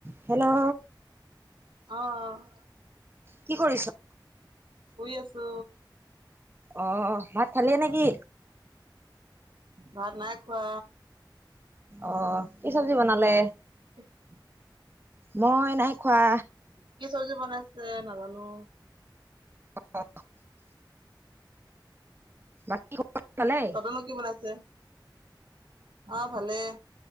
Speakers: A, on the right; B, on the right.
A: Hello
B: অ',
A: কি কৰিছ
B: শই আছো
A: অ ভাত খালিয়ে নেকি
B: ভাত নাই কোৱা
A: অ কি চব্জি বনালে
B: উম
A: মই নাই খোৱা
B: কি চব্জি বনাইছে নাজানো
A: <inaudible> বাকী খবৰ ভালেই?
B: কটনো কি বনাইছে অ ভালে